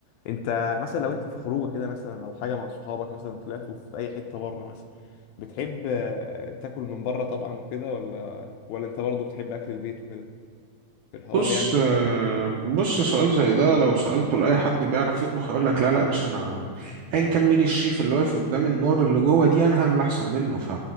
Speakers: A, on the left (about 80°); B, on the right (about 75°).
A: انت مثلا لو انت في خروجه كده مثلا او حاجه مع صحابك مثلا طلعتوا في اي حته بره مثلا بتحب آه، تاكل من بره طبعا وكده ولا ولا انت برضه بتحب اكل البيت وكده الحوار
B: بص
A: يعني بيبقى
B: آه،
A: ايه
B: بص سؤال زي ده لو سألته لأي حد بيعرف يطبخ هيقول لك لا لا يا باشا أنا أيا كان مين الشيف اللي واقف قدام النار اللي جوه دي أنا هعمل أحسن منه